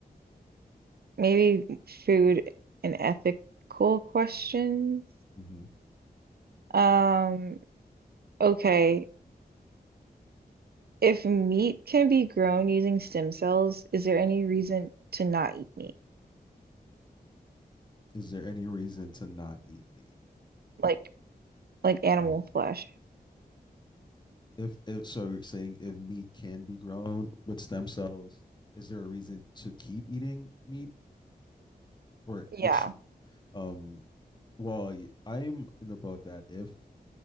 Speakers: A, on the right; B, on the left.
A: maybe food and ethical questions.
B: hmm
A: Um, okay, if meat can be grown using stem cells, is there any reason to not eat meat?
B: Is there any reason to not eat meat?
A: Like like animal
B: Oh
A: flesh.
B: if, if so you're saying if meat can be grown with stem cells is there a reason to keep eating meat or
A: Yeah.
B: there should um well i i'm in the boat that if